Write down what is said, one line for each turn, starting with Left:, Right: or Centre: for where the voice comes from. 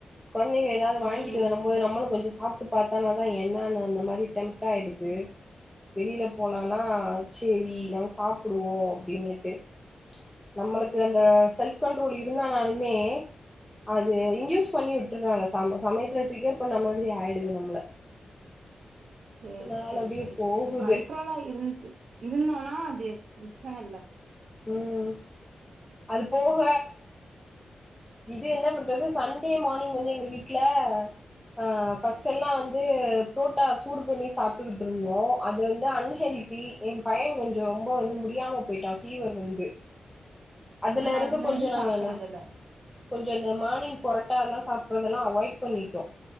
Centre: கொழந்தைங்க ஏதாவ்து
Right: ம்
Centre: வாங்கீட்டு வரும்போது நம்மளு கொஞ்சோ சாப்ட்டு பாத்தானா தா என்னானு அந்த மாரி டெம்ட் ஆயிடுது வெளில போனனா செரி நம்ம சாப்பிடுவோ அப்டின்னிட்டு நம்மளுக்கு அந்த செல்ஃப் கண்ட்ரோல் இருந்தானாலுமே அது இன்டியூஸ் பண்ணி விட்றாங்க ச சமயத்தில ட்ரிகர் பண்ண மாதிரி ஆயிடுது நம்மள
Right: சேரி
Centre: நாள்
Right: செரி
Centre: அப்டியே
Right: செரி
Centre: போகுது
Right: செரி கண்ட்ரோலா இருந்து இருந்தோனா அது பிரச்சன இல்ல
Centre: ம் அது போக இது என்ன பண்றது சண்டே மானிங் வந்து எங்க வீட்ல ஆ ஃபஸ்ட்டெல்லா வந்து ப்ரோட்டா சூடு பண்ணி சாப்ட்டுகிட்டு இருந்தோ அது வந்து அன்ஹெல் டீ எ பையே கொஞ்சோ ரொம்போ வந்து முடியாம போய்ட்டா ஃபீவர் வந்து
Right: <inaudible>
Centre: அதுலருந்து
Right: அதுல
Centre: கொஞ்சோ
Right: இருந்து
Centre: நாங்கன்னா
Right: சாப்டுறது இல்ல
Centre: கொஞ்சோ இந்த மானிங் போற புரோட்டாலா சாப்ட்றதெல்லா அவாய்ட் பண்ணிட்டோ